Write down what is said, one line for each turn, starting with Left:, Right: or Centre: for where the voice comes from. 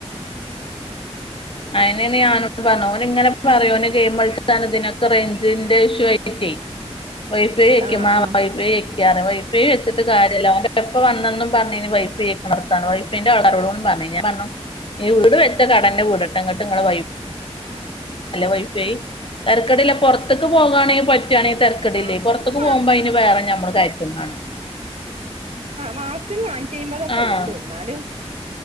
Left: അയിനെയാണ് ഞാനോട് പറഞ്ഞ ഓന ഇങ്ങനെ പാറയോന് ഗെയിം കളിച്ചാണ് ഇതിനൊക്കെ റേഞ്ചിന്റെ ഇഷ്യൂ. <inaudible> വൈഫൈ വെക്ക്മ്മ...
Right: ആ ആ
Left: വൈഫൈ വെക്ക്... ! വൈഫൈ വെച്ചട്ട് കാര്യമല്ല ഓന്റെഉപ്പ എപ്പോവന്നെന്നും പറഞ്ഞിന് വൈഫൈ വെക്കാനാർത്താനം. <unintelligible> പറഞ്ഞു ഞാൻ പറഞ്ഞു ഈ വീട് വെച്ച കടന്നെ വീടട്ടെ എന്നിട്ടിങ്ങടെ വൈഫൈ. <unintelligible> <unintelligible> പുറത്തേക്ക് പോകുകയാണെങ്കിൽ പറ്റുകയാണെങ്കിൽ തിരക്കടില്ലേ,
Right: മാസത്തിന്
Left: പുറത്തേക്ക് പോകുമ്പോ അതിന് വേറെ ഞമ്മള് കയറ്റും വേണം.
Right: മാസത്തിം നാറ്റി അമ്പതൊക്കെ
Left: ആഹ്
Right: ഉള്ളൂ എന്നാലും